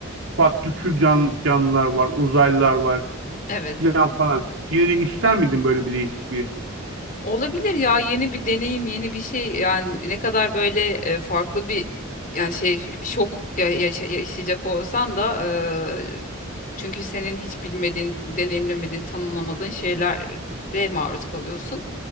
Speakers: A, on the right; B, on the left.
A: farklı tür can, canlılar var, uzaylılar var
B: evet.
A: filan falan. Yine de ister miydin böyle bir değişikliği?
B: Olabilir ya yeni bir deneyim yeni bir şey yani ne kadar böyle e, farklı bir yani şey bir şok ya- yaşa- yaşayacak olsan da e, çünkü senin hiç bilmediğin deneyimlemediğin tanımlamadığın şeylere maruz kalıyorsun.